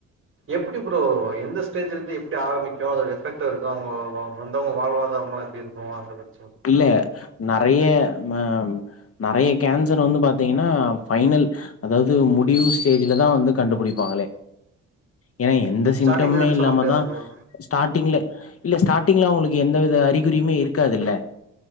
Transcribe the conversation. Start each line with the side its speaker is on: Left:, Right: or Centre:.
Right: எப்புடி ப்ரோ எந்த ஸ்டேஜ்லந்து எப்புடி ஆரம்புக்கூ அதோட எஃபெக்ட் இருக்கூ அவங்கோ ப்போ வந்தவங்க வாழ்வாதாரமா <unintelligible> இருக்கூ அத பத்
Left: இல்ல நறைய நம்ம நறைய கேன்சர் வந்து பாத்தீங்கன்னா ஃபைனல் அதாவது முடிவு ஸ்டேஜ்லதா வந்து கண்டுபுடிப்பாங்களே ஏனா எந்த சிம்டம்மே
Right: ஸ்டார்டிங்ல இருந்து
Left: இல்லாம
Right: சொல்ல முடியாதா
Left: தா
Right: ப்ரோ
Left: ஸ்டார்ட்டிங்ல இல்ல ஸ்டாடிங்லா அங்களுக்கு எந்தவித அறிகுறியுமே இருக்காதுல்ல